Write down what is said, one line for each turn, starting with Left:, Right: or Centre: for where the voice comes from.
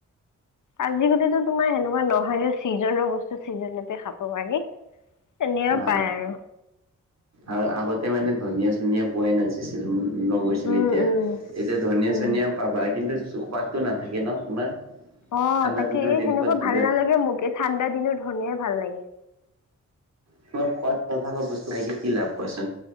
Left: আজিকালিতো তোমাৰ সেনেকুৱা নহয়গে। চিজনৰ বস্তু ছিজনতে খাব পাৰি। তেনেও
Right: অ
Left: পায় আৰু
Right: আৰু আগতে মানে ধনীয়া চনিয় পোৱাই নাচিছিল ম নগৈছিল
Left: উম
Right: এতিয়া
Left: উম
Right: এতিয়া ধনিয়া
Left: উম
Right: চনিয়া পাবা কিন্তু সোৱাদটো নাথাকে ন তোমাৰ।
Left: অ
Right: ঠাণ্ডা
Left: তাকে
Right: দিনৰ
Left: এই
Right: যেনেকুৱা
Left: সেনেকুৱা
Right: ধনিয়া
Left: ভাল নালাগে মোকে ঠাণ্ডা দিনৰ ধৰণিয় ভাল লাগে।
Right: তোমাৰ সোৱাদাল থকা বস্তু খে কি লাভ কচোন।